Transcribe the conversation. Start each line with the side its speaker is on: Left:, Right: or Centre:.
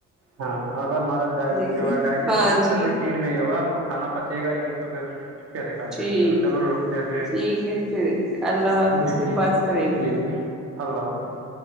Right: ہاں اگر ہمارا
Centre: دیکھیے
Right: جو ہے ڈجیسشن
Centre: ہاں
Right: سسٹم
Centre: جی
Right: ہی ٹھیک نہیں ہوگا ہم کو کھانا پچے گا ہی نہیں تو پھر کیسے کام
Centre: ٹھیک
Right: جاتے اور چلو جیسے
Centre: ٹھیک ہے پھر اللہ حافظ
Right: جی
Centre: پھر
Right: ٹھیک
Centre: بات
Right: ہے
Centre: کریں گے
Right: جی اللہ حافظ